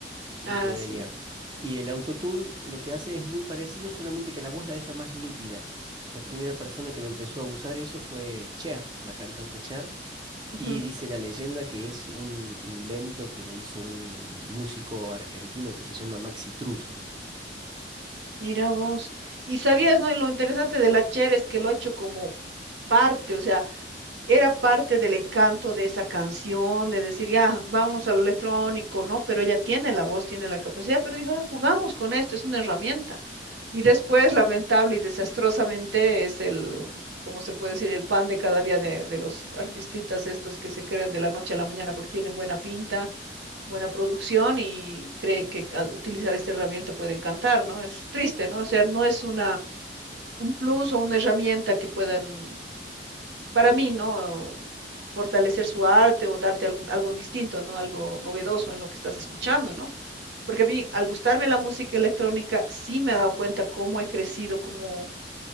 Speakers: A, on the right; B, on the right.
A: el
B: Ah,
A: que veía.
B: sí.
A: Y el Autotune lo que hace es muy parecido, solamente que la voz la deja más nítida. La primera persona que lo empezó a usar eso fue Cher, la cantante Cher.
B: Ujú.
A: Y dice la leyenda que es un invento que lo hizo un músico argentino que se llama Maxi Truso.
B: Mira vos. Y sabías, ¿no? Y lo interesante de la Cher es que lo ha hecho como parte, o sea, era parte del encanto de esa canción, de decir, ya, vámonos a lo electrónico, ¿no? Pero ella tiene la voz, tiene la capacidad, pero dijo, "Ah, jugamos con esto, es una herramienta. Y después, lamentable y desastrosamente, es el, ¿cómo se puede decir? El pan de cada día de, de los artistitas estos que se crean de la noche a la mañana porque tienen buena pinta buena producción y creen que al utilizar esta herramienta pueden cantar, ¿no? Es triste, ¿no? O sea, no es una, un plus o una herramienta que puedan, para mí, ¿no? fortalecer su arte o darte algún- algo distinto, ¿no? Algo novedoso en lo que estás escuchando, ¿no? Porque a mí, al gustarme la música electrónica, sí me he dado cuenta cómo he crecido, cómo